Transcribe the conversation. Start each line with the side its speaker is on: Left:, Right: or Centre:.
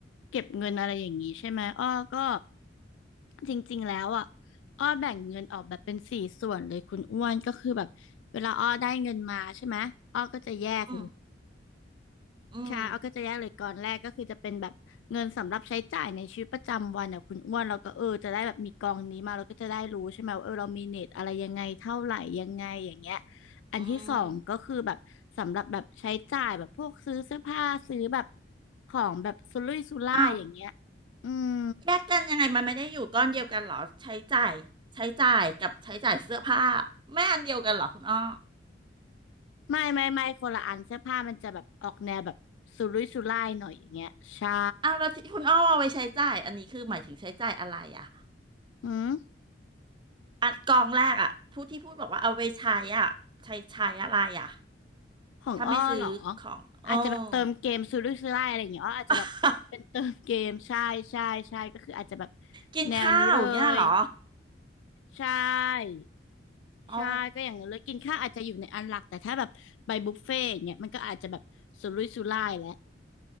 Left: เก็บเงินอะไรอย่างนี้ใช่ไหมอ้อก็จริงๆ แล้วอ่ะอ้อแบ่งเงินออกแบบเป็นสี่ส่วนเลยคุณอ้วนก็คือแบบเวลาอ้อได้เงินมาใช่ไหมอ้อก็จะแยกเลย
Right: อืมอืม
Left: ใช่เอาก็จะแยกเลยก่อนแรกก็คือจะเป็นแบบเงินสำหรับใช้จ่ายในชีวิตประจำวันอ่ะคุณอ้วนเราก็เออจะได้แบบมีกองนี้มาเราก็จะได้รู้ใช่ไหมว่าเออเรามีเน็ตอะไรยังไงเท่าไหร่ยังไงอย่างเงี้ยอันที่สองก็คือแบบสำหรับแบบใช้จ่ายแบบพวกซื้อเสื้อผ้าซื้อแบบ
Right: อืม
Left: ของแบบสุรุ่ยสุร่ายอย่างเงี้ย
Right: อ้าว
Left: อืม
Right: แยกกันยังไงมันไม่ได้อยู่ก้อนเดียวกันเหรอใช้จ่ายใช้จ่ายกับใช้จ่ายเสื้อผ้าไม่อันเดียวกันเหรอคุณอ้อ
Left: ไม่ไม่ไม่คนละอันเสื้อผ้ามันจะแบบออกแนวแบบสุรุ่ยสุร่ายหน่อยอย่างเงี้ยใช่
Right: อ้าวแล้วที่คุณอ้อเอาไว้ใช้จ่ายอันนี้คือหมายถึงใช้จ่ายอะไรอ่ะ
Left: อืม
Right: อัดกองแรกอ่ะผู้ที่พูดบอกว่าเอาไปใช้อ่ะใช้ใช้อะไรอ่ะ
Left: ของอ้อเหรอ
Right: ถ้าไม่ซื้อของเออ
Left: อาจจะแบบเติมเกมซื้อดยซื้อไล่อะไรอย่างเงี้ยอ้ออาจจะแบบเป็นเติมเกมใช่ใช่ใช่ก็คืออาจจะแบบ
Right: <laughs> กินข้าวอย่างเงี้ยเหรอ
Left: แนวนี้เลยใช่
Right: อ๋อ
Left: ใช่ก็อย่างนั้นเลยกินข้าวอาจจะอยู่ในอันหลักแต่ถ้าแบบไปบุฟเฟ่ต์อย่างเงี้ยมันก็อาจจะแบบสุรุ่ยสุร่ายแล้ว